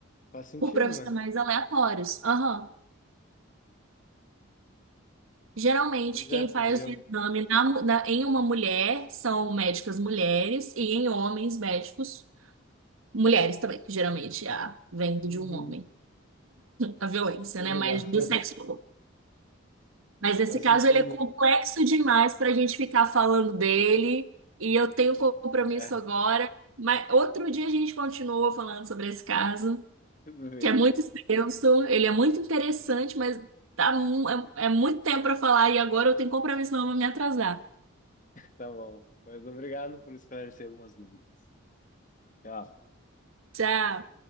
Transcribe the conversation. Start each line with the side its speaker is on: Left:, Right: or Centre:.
Left: Faz sentido,
Right: Por profissionais
Left: né?
Right: aleatórios. Aham. Geralmente,
Left: Pois
Right: quem
Left: é, podia.
Right: faz o exame na mu- na- em uma mulher são médicas mulheres e em homens, médicos mulheres também, que geralmente a, vem de
Left: Uhum.
Right: um homem. A violência,
Left: Que
Right: né?
Left: legal.
Right: Mas do sexo
Left: <laughs>
Right: oposto. Mas
Left: Mas
Right: nesse
Left: faz
Right: caso,
Left: sentido.
Right: ele é complexo demais para a gente ficar falando dele e eu tenho compromisso
Left: É,
Right: agora. Mas outro dia a gente continua falando sobre esse caso.
Left: tudo bem,
Right: que é muito extenso, ele é muito interessante, mas tá, mu- é, é muito tempo para falar e agora eu tenho compromisso, não eu vou me atrasar.
Left: tá bom. Mas obrigado por esclarecer algumas dúvidas. Tchau.
Right: Tchau.